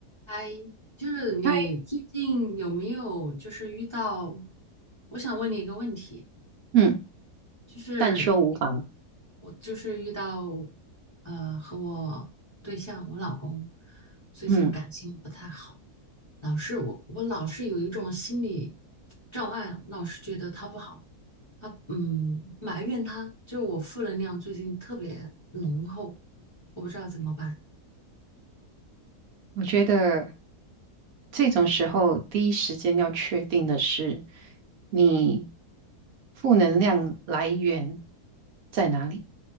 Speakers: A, on the left; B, on the right.
A: 嗨，就是你最近有没有就是遇到？
B: 嗨，
A: 我想问你一个问题，
B: 嗯，
A: 就是
B: 但说无妨。
A: 我就是遇到呃和我对象，我老公最近感情不太好，
B: 嗯，
A: 老是我我老是有一种心理障碍，老是觉得他不好，他嗯埋怨他，就我负能量最近特别浓厚，我不知道怎么办。
B: 我觉得这种时候第一时间要确定的是你负能量来源在哪里。